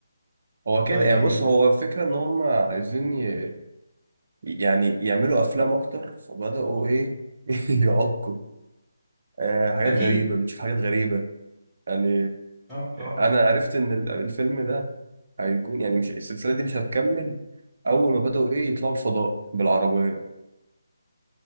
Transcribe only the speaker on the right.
هو كده
يعني بص هو الفكرة ان هم عايزين ي... يعني يعملوا افلام اكتر فبدأوا ايه <laughs> يعقوا آه حاجات
غريبة بتشوف حاجات غريبة يعني
انا عرفت ان ال- الفيلم ده هيكون يعني مش السلسلة دي مش هتكمل اول ما بدأوا ايه يطلعوا الفضاء بالعربية